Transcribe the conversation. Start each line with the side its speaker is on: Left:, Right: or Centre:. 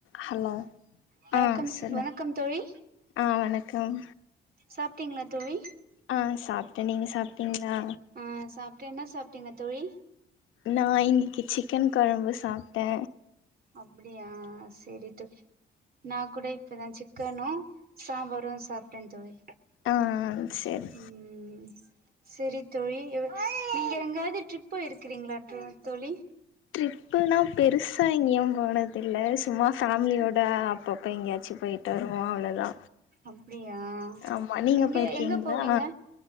Left: hello
Right: வணக்கம்
Left: ஆ
Right: சி
Left: சொல்லு
Right: வணக்கம் தோழி
Left: ஆ வணக்கம்
Right: சாப்பிட்டீங்களா தோழி
Left: ஆ சாப்ட்ட நீங்க சாப்புட்டீங்களா
Right: ஆ சாப்ட்ட என்ன சாப்பிட்டீங்க தோழி
Left: நா இன்னிக்கு சிக்கன் குழம்பு சாப்ட்ட
Right: அப்டியா சரி தோழி நா கூட இப்பதா சிக்கனு சாம்பாரும் சாப்ட்ட தோழி
Left: ஆ செரி
Right: ம் சரி தோழி எ நீங்க எங்காவது ட்ரிப் போயிருக்கீங்களா தோழி
Left: ட்ரிப்புனா பெருசா எங்கயும் போனதில்ல சும்மா ஃபேமிலியோட அப் அப்ப அப்ப எங்கயாச்சு போயிட்டு வருவோ அவ்ளோதா
Right: அப்டியா
Left: ஆமா நீங்க
Right: எங்க
Left: போயிருக்கீங்களா
Right: எங்க போவீங்க